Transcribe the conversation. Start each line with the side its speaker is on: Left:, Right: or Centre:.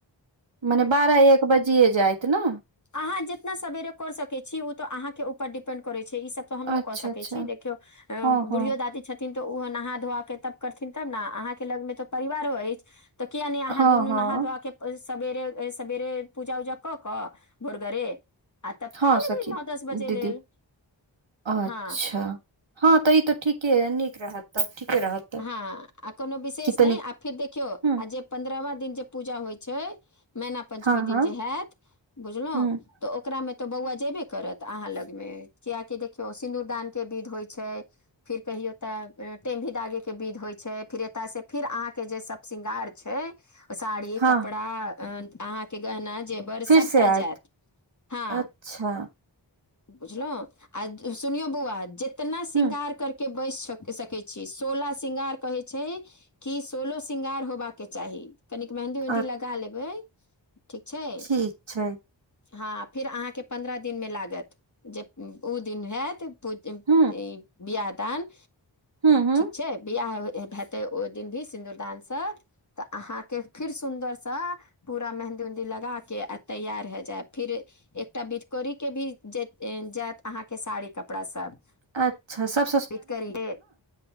Right: मने बारह एक बजिये जायत ने
Left: आहाँ जेतना सवेरे कर सकै छी ओ तऽ अहाँके ऊपर डिपेंड करै छै ईसब हम
Right: अच्छा-अच्छा,
Left: कऽ सकै छी देखियौ अ
Right: हँ-हँ,
Left: बुढ़ियो दादी छथिन तो ओहो नहा धोआ के तब करथिन तब ने अहाँ के लग मे त परिवारो अछि त किये नइ
Right: हँ-हँ,
Left: अहाँ दुनू नहा धोआ के ओइ सवेर ओइ सेवेर पूजा ऊजा क क भोरगरे आ तब
Right: हँ
Left: खा लेबै
Right: सखी
Left: नओ दस बजे
Right: दीदी
Left: लेल
Right: अच्छा
Left: हँ
Right: हँ तऽ ई तऽ ठीके नीक रहत तब ठीके रहत तब
Left: हँ आ कोनो विशेष
Right: कि तनी
Left: नइ आ फिर देखियौ
Right: ह
Left: आ जे पन्द्रहवा दिन जे पूजा होइ छै मैना पञ्चमी
Right: हँ हँ
Left: दिन जे होयत बुझलहु
Right: ह
Left: तऽ ओकरामे तऽ बौआ जयबे करत अहाँ लगमे कियाकि देखियौ सिन्दूरदानके विध होइ छै फिर कहियो तऽ टेमी दागे के विध होइ छै फिर एतय से फिर अहाँके जे सब श्रृंगार छै साड़ी
Right: हँ
Left: कपड़ा अहाँके गहना जेबर
Right: फिर
Left: सभटा
Right: से आयत
Left: जायत हँ
Right: अच्छा
Left: बुझलौं आ सुनियौ बौआ जेतना श्रृंगार
Right: ह
Left: करके के बैस स सकै छी सोला श्रृंगार कहै छै कि सोलो श्रृंगार होबाके चाही तनिक मेहंदी उहन्दी
Right: अ
Left: लगा लेबै ठीक छै
Right: ठीक छै
Left: हँ फिर अहाँके पन्द्रह दिनमे लागत जे ऊ दिन हैत पू
Right: ह
Left: ई बियाह दान
Right: ह ह
Left: ठीक छै बियाह हेते ओइ दिन भी सिन्दूरदान से तऽ अहाँ के फिर सुन्दरसँ पूरा मेहंदी उहंदी लगा के आ तैयार ह जाय फिर एकटा बिधकोरी के भी जे ऐन जायत अहाँके साड़ी कपड़ा सब
Right: अच्छा स
Left: इतकरी है